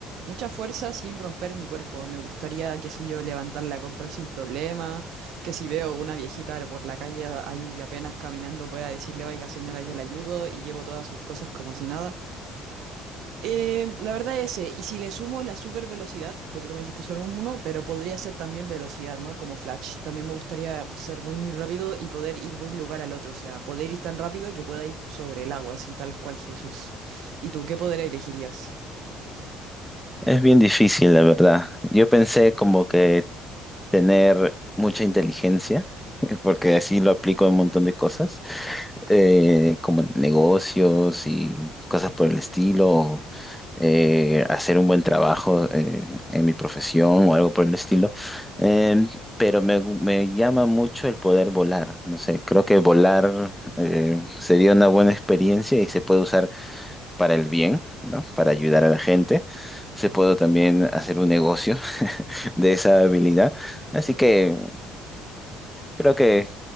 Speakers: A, on the right; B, in the centre.
A: mucha fuerza sin romper mi cuerpo. Me gustaría, qué sé yo, levantar la compra sin problema, que si veo una viejita por la calle ahí apenas caminando pueda decirle, oiga señora, yo la ayudo y llevo todas sus cosas como si nada. Eh, la verdad ese, y si le sumo la super velocidad, porque tú me dijiste solo un uno, pero podría ser también velocidad, ¿no? Como Flash. También me gustaría ser muy, muy rápido y poder ir de un lugar al otro, o sea, poder ir tan rápido que pueda ir sobre el agua, así tal cual Jesús. ¿Y tú qué poder elegirías?
B: Es bien difícil, la verdad. Yo pensé como que tener mucha inteligencia, <laughs> porque así lo aplico a un montón de cosas, eh, como negocios y cosas por el estilo, eh, hacer un buen trabajo eh, en mi profesión o algo por el estilo. Eh, pero me, gu- me llama mucho el poder volar. No sé, creo que volar eh, sería una buena experiencia y se puede usar para el bien, ¿no? Para ayudar a la gente. Se puede también hacer un negocio <laughs> de esa habilidad. Así que Creo que,